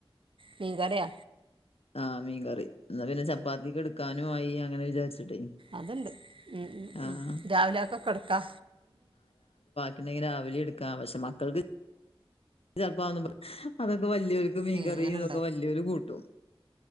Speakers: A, on the right; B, on the left.
A: മീൻകറിയ
B: ആ മീൻ കറി എന്ന പിന്നെ ചപ്പാത്തിക്ക് എടുക്കാനും ആയി അങ്ങനെ വിചാരിച്ചിട്ടേ
A: അതിണ്ട് ഉം ഉം
B: ആഹ്
A: ഉം രാവിലൊക്കെ എടുക്കാ
B: പിന്നെ രാവിലെ എടുക്കാ പക്ഷെ മക്കൾക്ക് ചെപ്പ അതൊക്കെ വല്യോർക്ക് മീൻ
A: ഏ
B: കറിയും
A: അങ്ങനെണ്ടോ
B: ഇതൊക്കെ വല്യോര് കൂട്ടും